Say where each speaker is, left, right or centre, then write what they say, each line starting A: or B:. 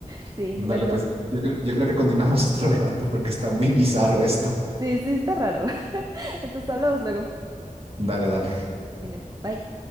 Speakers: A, on the right (about 25°); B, on the right (about 40°).
A: Sí,
B: Eh, Dale,
A: bueno,
B: pues, yo, creo- yo creo que continuamos <laughs> otro rato porque está muy bizarro esto.
A: sí, sí, está raro. <laughs> Entonces hablamos luego.
B: Dale, dale.
A: Bueno, bye.